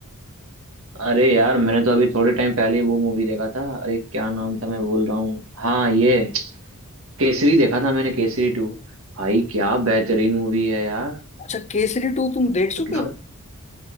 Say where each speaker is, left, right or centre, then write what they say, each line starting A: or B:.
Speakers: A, on the right (about 65°); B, on the left (about 30°).
A: अरे यार मैंने तो अभी थोड़े टाइम पहले वो मूवी देखा था अरे क्या नाम था मैं भूल रहा हूँ हाँ ये केसरी देखा था मैंने केसरी टू भाई क्या बेहतरीन मूवी है यार
B: अच्छा केसरी टू तुम देख चुके
A: मतलब
B: हो